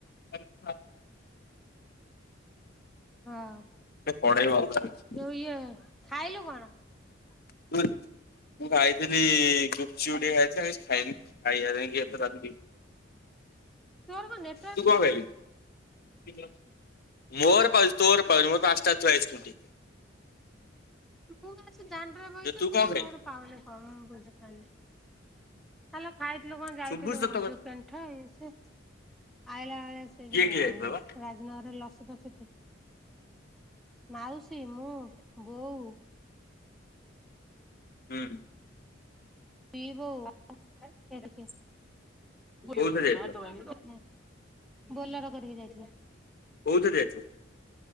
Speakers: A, on the left; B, in the centre.
A: <unintelligible>
B: ହଁ।
A: ପଢ଼େଇବ ଆଉ କାଇଁକି
B: ଯୋଉ ଇଏ ଖାଇଲୁ କଣ?
A: ଲାଗୁଛି।
B: <inaudible>
A: ମୁଁ ଖାଇଥିଲି ଗୁପୁଚୁପୁ ଟିକେ ଖାଇଥିଲି ଆଉ କିଛି ଖାଇନି ଖାଇବା ଯାଇକି <unintelligible>
B: ତୋର କଁ ନେ
A: ତୁ କଁ ଖାଇଲୁକି? ମୋର ପାଉଚି ତୋର ପାଉନି ମୋର ପାଞ୍ଚଟା ଥୁଆ ହେଇଚି ଖୁଣ୍ଟି।
B: ମୁଁ ଆସିକି ଦାଣ୍ଡରେ ବଇଚି
A: ଯେ ତୁ
B: ପୁଣି
A: କଣ ଖାଇଲୁ?
B: ମୋର ପାଉନି କଣ ବୁଝିପାରୁନି। ଆଲୋ ଖାଇଥିଲୁ କଣ ଯାଇଥିଲୁ
A: ଶୁଭୁଛି ତ ତୋ କଥା
B: ଯୋଉ ପେଣ୍ଟ ଇଏ ସିଏ ଆଇଲା ବେଳେ ସେ
A: କିଏ
B: ଯୋଉ
A: କିଏ ଯାଇଥିଲ ବା
B: ରାଜନଗରରେ ଲସି ଫସି ପି ମାଉସୀ ମୁଁ ବୋଉ
A: ହୁଁ।
B: ପି ବୋଉ ଏଇଟିକି
A: କୋଉଥିରେ
B: ଆଁ
A: ଯାଇଥିଲ
B: <unintelligible> ହୁଁ। ବୋଲର କରିକି ଯାଇଥିଲୁ।
A: କଉଥିରେ ଯାଇଥିଲ?